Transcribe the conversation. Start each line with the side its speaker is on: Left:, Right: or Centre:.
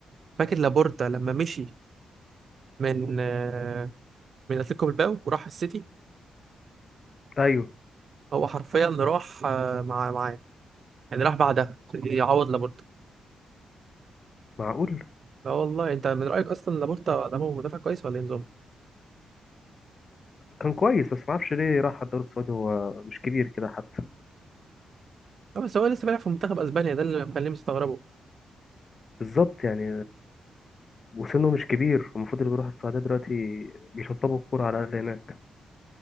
Right: فاكر لابورتا لما مشي من آه، من اتلتيكو بالباو وراح السيتي
Left: ايوه
Right: هو حرفيا راح آه، مع معاه يعني راح بعدها يعوض لابورتا
Left: معقول
Right: لا والله انت من رايك اصلا لابورتا ده هو مدافع كويس ولا ايه نظامه
Left: كان كويس بس معرفش ليه راح الدوري السعودي هو مش كبير كده حتى
Right: لا بس هو لسه بيلعب في منتخب اسبانيا ده اللي مخليني مستغربه
Left: بالظبط يعني وسنه مش كبير المفروض اللي بيروح السعودية دلوقتي بيشطبوا الكورة على الأقل هناك